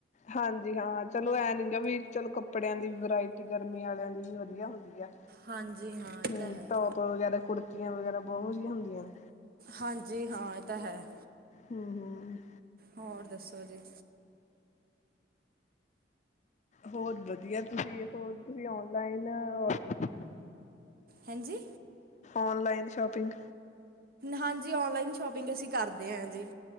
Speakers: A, on the left; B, on the right.
A: ਹਾਂਜੀ, ਹਾਂ। ਚਲੋ ਐ ਨੀ ਗ ਵੀ ਚਲੋ ਕੱਪੜਿਆਂ ਦੀ ਵਰਾਇਟੀ ਗਰਮੀ ਵਾਲਿਆਂ ਦੀ। ਵਧੀਆ ਹੁੰਦੀ ਆ।
B: ਹਾਂਜੀ ਹਾਂ ਇਹ
A: ਹਮ
B: ਤਾਂ ਹੈ।
A: ਟੋਪ ਵਗੈਰਾ, ਕੁੜਤੀਆਂ ਵਗੈਰਾ ਬਹੁਤ ਵਧੀਆ। ਹੁੰਦੀਆਂ ਨੇ।
B: ਹਾਂਜੀ, ਹਾਂ, ਇਹ ਤਾਂ ਹੈ,
A: ਹੂੰ ਹੂੰ
B: ਹੋਰ ਦੱਸੋ ਜੀ।
A: ਹੋਰ, ਵਧੀਆ। ਜੀ ਹੋਰ ਤੁਸੀਂ ਆਉਣ। ਲਈਨ ਵਸਪ
B: ਹਾਂਜੀ
A: ਔਨਲਾਈਨ ਸ਼ੋਪਿੰਗ
B: ਹਾਂਜੀ। ਓਨਲਾਈਨ ਸ਼ੋਪਿੰਗ ਅਸੀਂ ਕਰਦੇ ਹ ਜੀ।